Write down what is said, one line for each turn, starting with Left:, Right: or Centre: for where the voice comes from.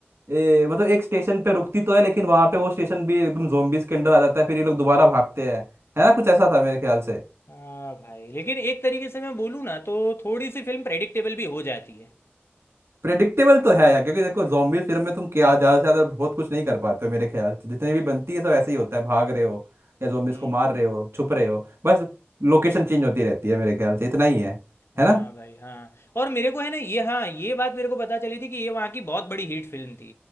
Right: ए, मतलब एक स्टेशन पे रुकती तो है लेकिन वहां पे वो स्टेशन भी एकदम जोम्बीज के अंडर आ जाता है फिर ये लोग दोबारा भागते हैं है ना कुछ ऐसा था मेरे ख्याल से
Left: हाँ भाई लेकिन एक तरीके से मैं बोलूँ ना तो थोड़ी सी फिल्म प्रेडिक्टेबल भी हो जाती है
Right: प्रेडिक्टेबल तो है यार क्योंकि देखो जॉम्बी फिल्म में तुम क्या ज्यादा से ज्यादा बहुत कुछ नहीं कर पाते हो मेरे ख्याल से जितने भी बनती है सब ऐसे ही होता है भाग रहे हो या जॉम्बीज
Left: हम्म।
Right: को मार रहे हो छुप रहे हो बस लोकेशन चेंज होती रहती है मेरे ख्याल से इतना ही है
Left: हाँ
Right: है ना
Left: भाई हाँ और मेरे को है ना ये हाँ ये बात मेरे को पता चली थी कि ये वहाँ की बहुत बड़ी हिट फिल्म थी